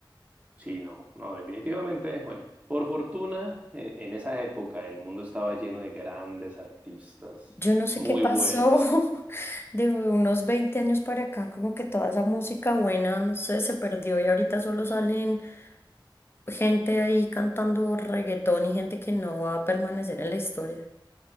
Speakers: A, on the right; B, on the left.
A: Sí, no, no, definitivamente, bueno, por fortuna, en, en esa época el mundo estaba lleno de grandes artistas,
B: Yo no sé
A: muy
B: qué pasó
A: buenos.
B: <laughs> de unos 20 años para acá, como que toda esa música buena, no sé, se perdió y ahorita solo salen gente ahí cantando reggaetón y gente que no va a permanecer en la historia.